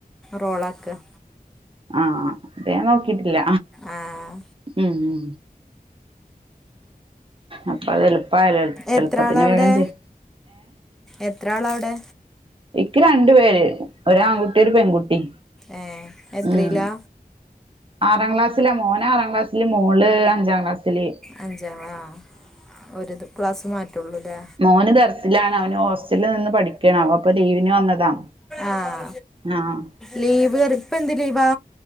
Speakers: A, in the centre; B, on the right (about 35°).
A: റോളാക്കുക
B: ആഹ അത ൻ നോക്കിട്ടില്ല
A: ആഹ്
B: ഉം ഉ അപ്പൊ അത് എളുപ്പ ആല്ലോ
A: എത്ര
B: എളുപ്പത്തിന്
A: ആളാ അവിടെ
B: വേഗം ചെയ്യ
A: എത്ര ആളവിടെ
B: എക്ക് രണ്ടു പേര് ഒ ആൺകുട്ടി ഒരു പെൺകുട്ടി
A: ഏഹ് എത്രയിലാ
B: ഉം ആറാം ക്ലാസ്സില മോന ആറാം ക്ലാസ്സിില് മോള് അഞ്ചാം ക്ലാസ്സിില്
A: അഞ്ചാാ ഒരുത് ക്ലാസ്സ് മാറ്റുള്ളൂ അല്ലേ
B: മോന് െർസിലാണ് അവന് ഹോസ്റ്റലിൽ നിന്ന് പഠിക്കണാവോ അപ്പൊ ലീവിന് വന്നതാ
A: ആഹ
B: ആഹ്
A: ലീവ് ഇപ്പ എന്ത് ലീവാ